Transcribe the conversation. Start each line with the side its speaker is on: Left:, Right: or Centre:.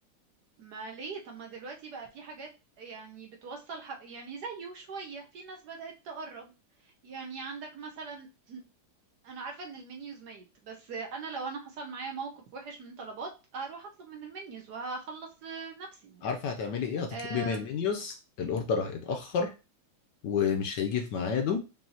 Right: ما ليه طب ما دلوقتي بقى في حاجات يعني بتوصل ح... يعني زيه شوية في ناس بدأت تقرب يعني عندك مثلا انا عارفة ان المنيوز ميت بس انا لو انا حصل معايا موقف وحش من طلبات هروح اطلب من المنيوز وهخلص لنفسي يعني
Left: عارفة هتعملي ايه هتطلبي
Right: أم...
Left: من المنيوز الاوردر هيتأخر ومش هيجي في ميعاده